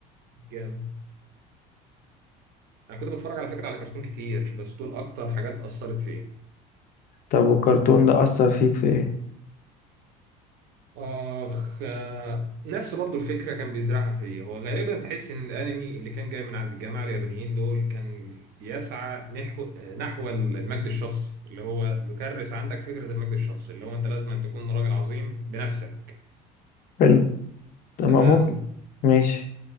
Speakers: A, on the right; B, on the left.
A: جامد انا كنت بتفرج على فكرة على كرتون كتير بس دول اكتر حاجات اثرت فيا
B: طب والكرتون ده أثر فيك في ايه
A: اخ آه، نفس برضو الفكرة كان بيزرعها فيا هو غالبا تحس ان الانمي اللي كان جاي من عند الجماعة اليابانيين دول كان بيسعى نحو نحو المجد الشخصي اللي هو يكرس عندك فكرة المجد الشخصي اللي هو انت لازم أن تكون راجل عظيم بنفسك
B: حلو تمام
A: تمام
B: ممكن ماشي